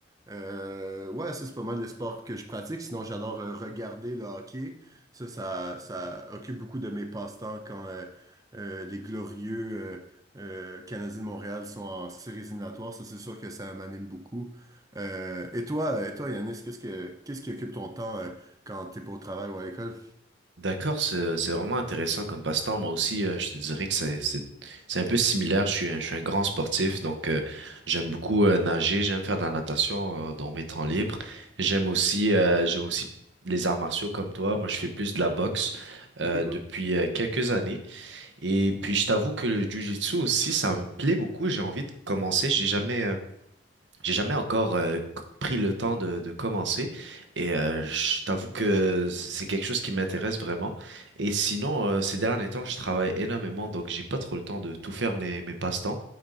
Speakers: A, on the right; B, on the right.
A: Euh, ouais, ça c'est pas mal les sports que je pratique. Sinon, j'adore euh, regarder le hockey. Ça, ça, ça occupe beaucoup de mes passe-temps quand euh, euh, les glorieux euh, euh, Canadiens de Montréal sont en séries éliminatoires. Ça, c'est sûr que ça m'anime beaucoup. Euh, et toi, et toi, Yanis, qu'est-ce que qu'est-ce qui occupe ton temps euh, quand t'es pas au travail ou à l'école?
B: D'accord, c'est, c'est vraiment intéressant comme passe-temps. Moi aussi, euh, je te dirais que c'est, c'est, c'est un peu similaire. Je suis un, je suis un grand sportif, donc euh, j'aime beaucoup euh, nager, j'aime faire de la natation euh, dans mes temps libres. J'aime aussi, euh, j'aime aussi les arts martiaux comme toi. Moi, je fais plus de la boxe euh,
A: Ok,
B: depuis
A: cool.
B: euh, quelques années. Et puis, je t'avoue que le jiu-jitsu aussi, ça me plaît beaucoup. J'ai envie de commencer. J'ai jamais... euh, J'ai jamais encore euh, pris le temps de, de commencer et euh, je t'avoue que c'est quelque chose qui m'intéresse vraiment. Et sinon, euh, ces derniers temps, je travaille énormément, donc j'ai pas trop le temps de tout faire mes, mes passe-temps.